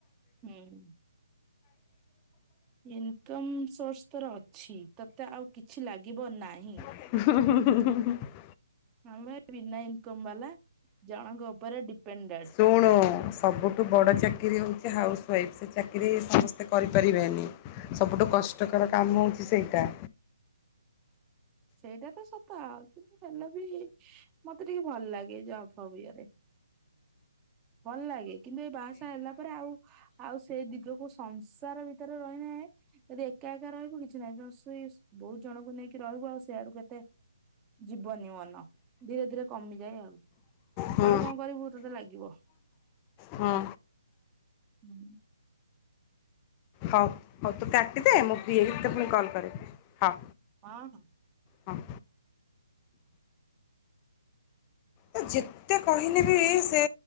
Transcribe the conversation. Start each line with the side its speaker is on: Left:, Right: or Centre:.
Right: ହୁଁ। ଇନ୍କମ୍ ସୋର୍ସ ତୋର ଅଛି। ତତେ ଆଉ କିଛି ଲାଗିବ ନାହିଁ।
Left: ହୁଁ ହୁଁ ହୁଁ ହୁଁ ହୁଁ।
Right: ଆମେ ବିନା ଇନ୍କମ୍ ବାଲା ଜଣଙ୍କ ଉପରେ ଡିପେନ୍ ଣ୍ଡେ।
Left: ଶୁଣୁ ସବୁଠୁ ବଡ଼ ଚାକିରି ହଉଛି ହାଉସ୍ୱାଇଫ୍, ସେ ଚାକିରି ସମସ୍ତେ କରିପାରିବେନି। ସବୁଠୁ କଷ୍ଟକର କାମ ହଉଛି ସେଇଟା।
Right: ସେଇଟା ତ ସତ। ହେଲେ ବି ମତେ ଟିକେ ଭଲ ଲାଗେ ଜବ୍, ଫବ୍ ଇଏରେ ଭଲ ଲାଗେ। କିନ୍ତୁ ଏଇ ବାହା ସାହା ହେଲା ପରେ ଆଉ, ଆଉ ସେଇ ଦିଗକୁ ସଂସାର ଭିତରେ ରହିନେ ଯଦି ଏକା ଏକା ରହିବୁ କିଛି ନାହିଁ। ଦଶ ଇସ୍ ବହୁତ ଜଣଙ୍କୁ ନେଇକି ରହିବ ଆଉ ସେଆଡୁ ଏତେ ଯିବନି ମନ, ଧୀରେ ଧୀରେ କମିଯାଏ ଆଉ।
Left: ହଁ
Right: କୁଆଡୁ କଁ କରିବୁ ତୋତେ ଲାଗିବ।
Left: ହଁ।
Right: ହୁଁ।
Left: ହଉ, ହଉ ତୁ କାଟିଦେ। ମୁଁ ଫ୍ରି ହେଇକି ତତେ ପୁଣି କଲ୍ କରିବି। ହ।
Right: ହଁ, ହଁ।
Left: ହଁ। ତ ଯେତେ କହିଲେ ବି ସେ